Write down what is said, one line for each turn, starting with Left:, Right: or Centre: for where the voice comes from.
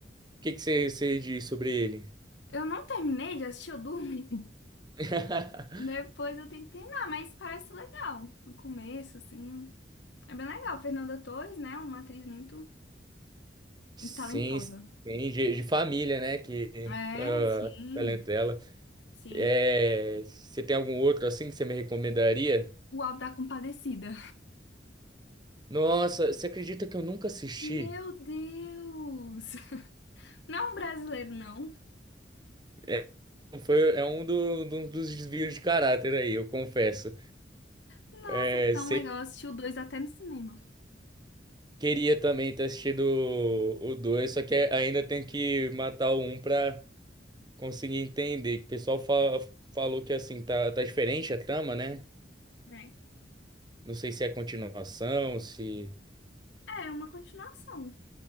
Right: que que você, você diz sobre ele?
Left: Eu não terminei de assistir, eu dormi. <laughs>
Right: <laughs>
Left: Depois eu tenho que terminar, mas parece legal. No começo, assim. É bem legal. Fernanda Torres, né? Uma atriz muito
Right: Sim,
Left: talentosa.
Right: sim, de, de família, né? Que
Left: É,
Right: ah,
Left: sim,
Right: talento dela.
Left: sim.
Right: É, você tem algum outro assim que você me recomendaria?
Left: O Auto da Compadecida.
Right: Nossa, você acredita que eu nunca assisti?
Left: Meu Deus! <laughs> Não brasileiro, não.
Right: É, foi, é um do- do- dos desvios de caráter aí, eu confesso.
Left: Nossa,
Right: É,
Left: é tão
Right: você
Left: legal assistir o dois até no cinema.
Right: queria também ter assistido o 2, só que é, ainda tem que matar o um pra conseguir entender. O pessoal fa- falou que assim, tá, tá diferente a trama, né?
Left: É.
Right: Não sei se é continuação, se.
Left: É, é uma continuação.